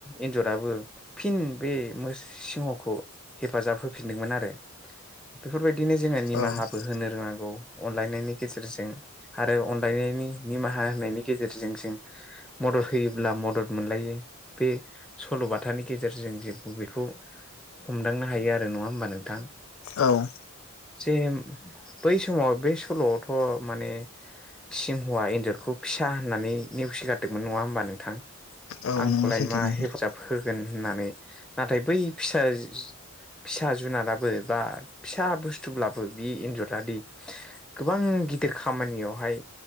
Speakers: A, in the centre; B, on the left.
A: एनजराबो फिन बे सिंहखौ हेफाजाब होफिनदोंमोन आरो बेफोरबायदिनो जोङो निमाहाबो
B: औ
A: होनो रोंनांगौ अनलायनायनि गेजेरजों आरो अनलायनायनि निमाहा होनायनि गेजेरजों जों मदद होयोब्ला मदद मोनलायो बे सल'बाथानि गेजेरजों जेबो बेखौ हमदांनो हायो आरो नङा होमबा नोंथां
B: औ
A: जे बै समाव बे सल'आवथ' माने सिंहवा एनजरखौ फिसा होननानै नेवसिगारदोंमोन नङा होमबा नोंथां
B: औ
A: आंखौलाय
B: नंगौ सैथो
A: मा
B: नोंथां
A: हेफाजाब होगोन होननानै नाथाय बै फिसा फिसा जुनाराबो बा फिसा बुसथुब्लाबो बि एनजरादि गोबां गिदिर खामानियावहाय